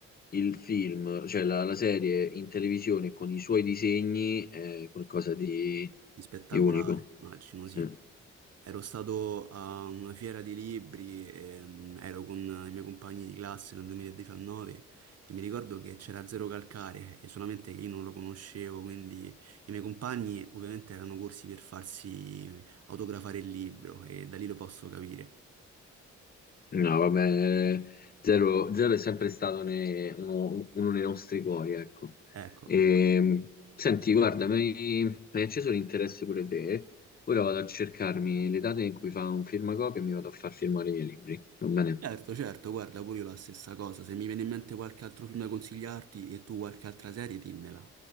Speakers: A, on the left (about 30°); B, on the right (about 50°).
A: il film, cioè la, la serie in televisione con i suoi disegni è qualcosa di,
B: di spettacolare,
A: di unico.
B: immagino, sì.
A: Mm.
B: Ero stato a una fiera di libri, ehm, ero con i miei compagni di classe nel 2019 e mi ricordo che c'era Zero Calcare e solamente che io non lo conoscevo, quindi i miei compagni ovviamente erano corsi per farsi autografare il libro e da lì lo posso capire.
A: No, vabbè, Zero, Zero è sempre stato ne- uno, uno dei nostri cuori, ecco.
B: Ecco.
A: E, senti, guarda, mi mi hai acceso l'interesse pure te. Ora vado a cercarmi le date in cui fa un firmacopia e mi vado a far firmare i miei libri. Va bene?
B: Certo, certo, guarda, pure io la stessa cosa. Se mi viene in mente qualche altro film da consigliarti e tu qualche altra serie, dimmela.